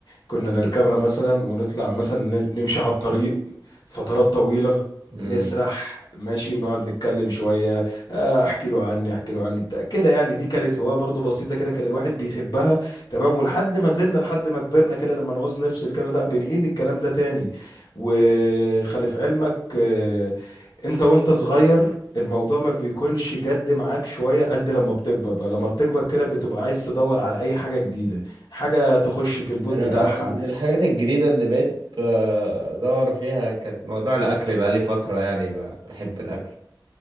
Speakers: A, on the left; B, on the right.
A: كنا نركبها مثلا ونطلع مثلا ن- نمشي على الطريق فترات طويلة
B: مم.
A: نسرح ماشي ونقعد نتكلم شوية آه، احكي له عني احكي له عني بتاع كده يعني دي كانت هواية برضو بسيطة كده كان الواحد بيحبها تمام ولحد ما زلنا لحد ما كبرنا كده لما نعوز نفصل كده لا بنعيد الكلام ده تاني وخلف علمك آه، انت وانت صغير الموضوع ما بيكونش جد معاك شوية قد لما بتكبر بقى لما بتكبر كده بتبقى عايز تدور على اي حاجة جديدة حاجة تخش في المود
B: انا
A: بتاعها
B: انا من الحاجات الجديده اللي بقيت بدور فيها كانت موضوع الاكل بقى لي فتره يعني ب- بحب الاكل